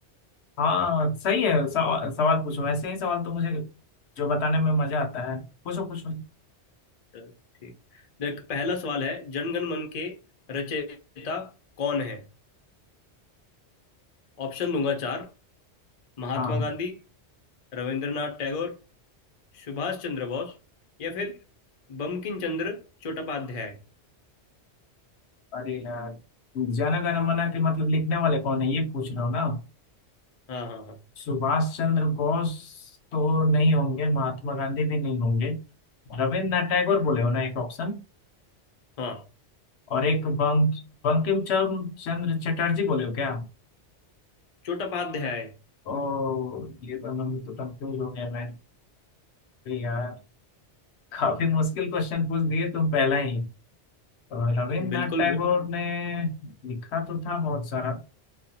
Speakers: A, on the left; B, on the left.
A: हाँ सही है सवा, सवाल पूछो ऐसे ही सवाल तो मुझे जो बताने में मजा आता है पूछो पूछो
B: चल, ठीक देख पहला सवाल है जनगण मन के रचयिता कौन है ऑप्शन दूंगा चार महात्मा
A: हाँ
B: गांधी रविंद्रनाथ टैगोर सुभाष चंद्र बोस या फिर बंकिम चंद्र चट्टोपाध्याय
A: अरे यार जाना गाना मना के मतलब लिखने वाले कौन है ये पूछ रहा हूँ ना
B: हाँ हाँ हाँ
A: सुभाष चंद्र बोस तो नहीं होंगे महात्मा गांधी भी नहीं होंगे रविन्द्रनाथ टैगोर बोले हो ना एक ऑप्शन
B: हाँ।
A: और एक बंक बंकिम चंद- चंद्र चटर्जी बोले हो क्या
B: चट्टोपाध्याय
A: ओ ये दोनों में तो कंफ्यूज हो गया मैं अरे यार काफी मुश्किल क्वेश्चन पूछ दिए तुम पहला ही और रविन्द्रनाथ
B: बिल्कुल
A: टैगोर
B: ब्रो
A: ने लिखा तो था बहुत सारा